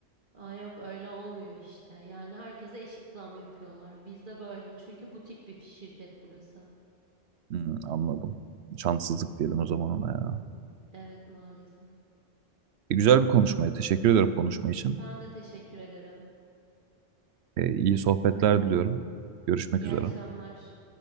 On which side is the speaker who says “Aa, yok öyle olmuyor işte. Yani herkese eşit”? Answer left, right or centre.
Right